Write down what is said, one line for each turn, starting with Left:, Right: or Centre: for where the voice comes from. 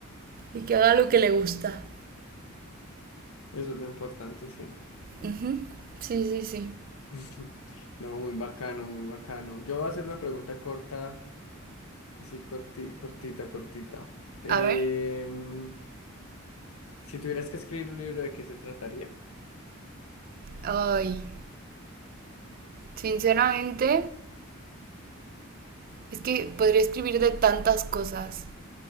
Right: y que haga lo que le gusta.
Left: Eso es lo importante siempre.
Right: Ujú. Sí, sí, sí.
Left: <laughs> No, muy bacano, muy bacano. Yo voy a hacer una pregunta corta, así corti- cortita, cortita. Em,
Right: A ver.
Left: Si tuvieras que escribir un libro, ¿de qué se trataría?
Right: Ay, sinceramente, es que podría escribir de tantas cosas.